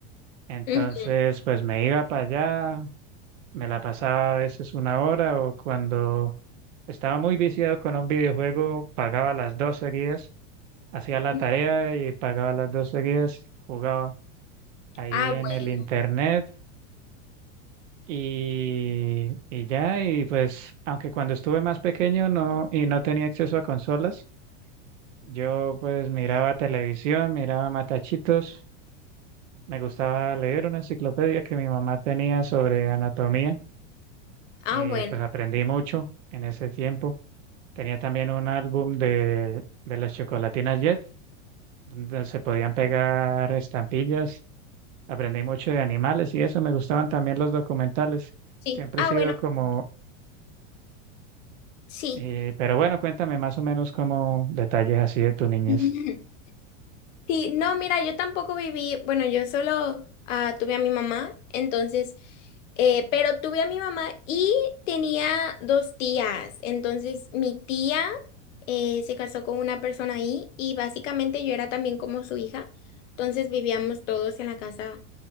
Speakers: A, on the right; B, on the left.
A: entonces
B: Ujú.
A: pues me iba para allá, me la pasaba a veces una hora o cuando estaba muy viciado con un videojuego, pagaba las dos seguidas, hacía la
B: ujú.
A: tarea y pagaba las dos seguidas, jugaba ahí
B: Ah,
A: en
B: bueno.
A: el internet Y, y ya, y pues, aunque cuando estuve más pequeño no, y no tenía acceso a consolas, yo pues miraba televisión, miraba matachitos, me gustaba leer una enciclopedia que mi mamá tenía sobre anatomía,
B: Ah,
A: eh,
B: bueno.
A: pues aprendí mucho en ese tiempo. Tenía también un álbum de, de las chocolatinas Jet, donde se podían pegar estampillas, aprendí mucho de animales y eso, me gustaban también los documentales.
B: Sí.
A: Siempre
B: Ah,
A: he sido
B: bueno.
A: como
B: Sí.
A: Eh, pero bueno, cuéntame más o menos como detalles así de tu niñez.
B: <laughs> Sí, no, mira, yo tampoco viví, bueno, yo solo ah, tuve a mi mamá, entonces, eh, pero tuve a mi mamá y tenía dos tías, entonces mi tía eh, se casó con una persona ahí y básicamente yo era también como su hija, entonces vivíamos todos en la casa